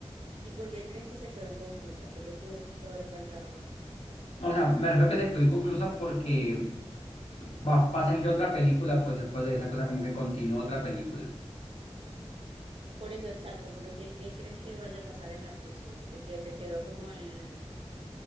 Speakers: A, on the right; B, on the left.
A: ¿Y por qué crees que se quedó inconclusa? ¿Qué le pudo haber faltado?
B: No, o sea, me refiero que se quedó inconclusa porque va, va a salir otra película, pues después de esa cosa, como que continuó otra película.
A: Por eso, exacto, pero ¿qué, qué crees que vaya a pasar en la próxima? Te, que, te quedó como el,